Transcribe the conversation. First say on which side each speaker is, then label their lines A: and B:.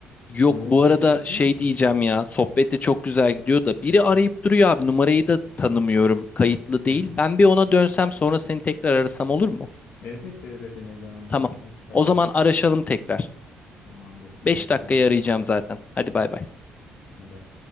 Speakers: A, on the left; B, on the left.
A: Yok
B: Yoğun
A: bu
B: bir
A: arada
B: şekilde
A: şey diyeceğim ya sohbet de çok güzel gidiyor da biri arayıp duruyor abi numarayı da tanımıyorum kayıtlı
B: hı
A: değil.
B: hı.
A: Ben bir ona dönsem sonra seni tekrar arasam olur mu?
B: Elbette elbette ne zaman
A: Tamam.
B: konuşmak istersen.
A: O zaman araşalım tekrar.
B: Tamamdır. Dikkat
A: beş dakikaya
B: kendine.
A: arayacağım zaten. Hadi bay bay.
B: Bay bay.